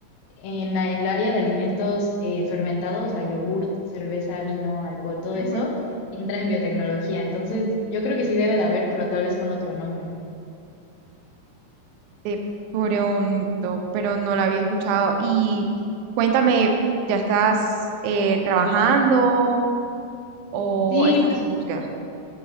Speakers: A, on the left; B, on the right.
A: en la- el área de alimentos eh, fermentados, o sea, yogurt, cerveza, vino, alcohol, todo
B: Ujú.
A: eso, entra en biotecnología. Entonces, yo creo que sí debe de haber, pero tal vez con otro nombre.
B: De pronto, pero no la había escuchado. Y cuéntame, ¿ya estás eh, trabajando o
A: Sí,
B: estás en búsqueda?